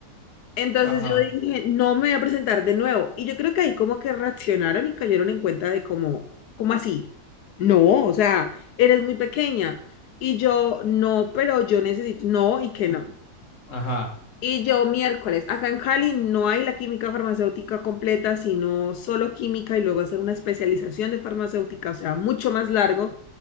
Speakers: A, on the left (about 80°); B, on the left (about 50°).
A: Entonces
B: <laughs> Ajá,
A: yo dije, no me voy a presentar de nuevo. Y yo creo que ahí como que reaccionaron y cayeron en cuenta de cómo, ¿cómo así? No, o sea, eres muy pequeña. Y yo, no, pero yo necesito, no, y que no.
B: ajá,
A: Y yo miércoles, acá en Cali no hay la química farmacéutica completa, sino solo química y luego hacer una especialización de farmacéutica, o sea, mucho más largo.